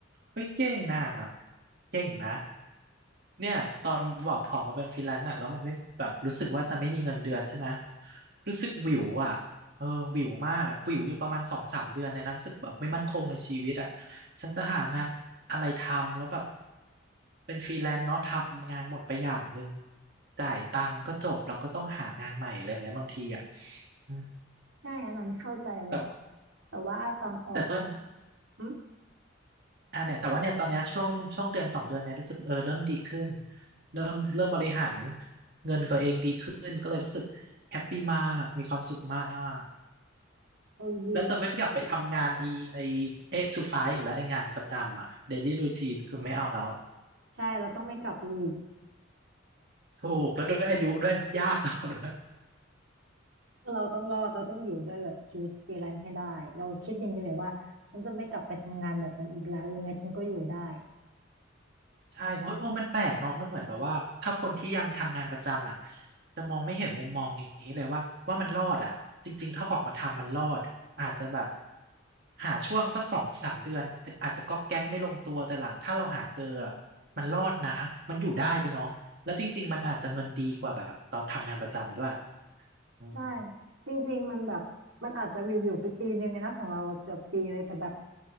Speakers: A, on the right (about 55°); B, on the right (about 85°).
A: เฮ้ยเก่งนะเก่งนะ เนี่ยตอนแบบออกมาเป็นฟรีแลนซ์อะแล้วมันไม่แบบรู้สึกว่าจะไม่มีเงินเดือนใช่ไหมรู้สึกหวิวอะเออหวิวมากอะหวิวอยู่ประมาณสองสามเดือนเลยนะรู้สึกแบบไม่มั่นคงในชีวิตอะฉันจะหางานอะไรทำแล้วแบบเป็นฟรีแลนซ์เนาะทำงานหมดไปอย่างหนึ่งจ่ายตังค์ก็จบแล้วก็ต้องหางานใหม่อะไรอย่างเงี้ยบางทีอะอืม
B: ใช่อันนั้นเข้าใจเลย
A: แต่
B: แต่ว่าตอนออก
A: แต่ก็
B: อืม
A: อ่าเนี่ยแต่ว่าเนี่ยตอนเนี้ยช่วงช่วงเดือนสองเดือนเนี่ยรู้สึกเออเริ่มดีขึ้นเริ่มเริ่มบริหารเงินตัวเองดีขึ้นก็เลยรู้สึกแฮปปี้มากมีความสุขมาก
B: โอ้ยดี
A: แล้วจะไม่กลับไปทำงานไอไอ
B: ดี
A: เอทูไฟว์อีกแล้วไองานประจำอ่ะเดลี่รูทีนคือไม่เอาแล้ว
B: ใช่เราต้องไม่กลับไปอีก
A: ถูกแล้วด้วยอายุด้วยยากเราด้วย
B: คือเราต้องรอดเราต้องอยู่ด้วยแบบชีวิตฟรีแลนซ์ให้ได้เราคิดอย่างนี้เลยว่าฉันจะไม่กลับไปทำงานแบบนั้นอีกแล้วยังไงฉันก็อยู่ได้
A: ใช่เพราะโอ้มันแปลกเนาะมันเหมือนแบบว่าถ้าคนที่ยังทำงานประจำอ่ะจะมองไม่เห็นมุมมองนี้เลยว่าว่ามันรอดอ่ะจริงๆถ้าออกมาทำมันรอดอาจจะแบบหาช่วงสักสองสามเดือนอาจจะก๊อกแก๊กไม่ลงตัวแต่หลังถ้าเราหาเจออะมันรอดนะมันอยู่ได้เลยเนาะแล้วจริงๆมันอาจจะเงินดีกว่าแบบตอนทำงานประจำด้วยอืม
B: ใช่จริงๆมันแบบมันอาจจะวิววิวไปปีนึงอะนะของเราอะเกือบปีเลยแต่แบบ